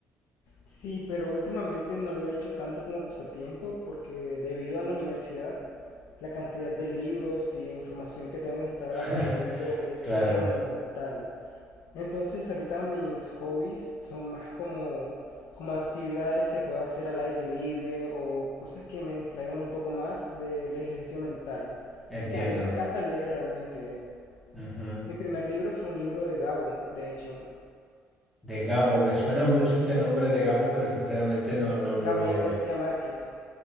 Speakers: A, on the left; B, in the centre.
A: Sí, pero últimamente no lo he hecho tanto como pasatiempo porque debido a la universidad, la cantidad de libros y de información que tengo que estar
B: <laughs>
A: adquiriendo es
B: Claro,
A: monumental. Entonces ahorita mis hobbies son más como, como actividades que puedo hacer al aire libre o cosas que me distraigan un poco más del ejercicio mental.
B: entiendo.
A: Ya, a mí me encanta leer realmente.
B: Ujú.
A: Mi primer libro fue un libro de Gabo, de hecho,
B: De Gabo, me suena mucho este nombre de Gabo, pero sinceramente no, no
A: Gabriel
B: lo, lo...
A: García Márquez.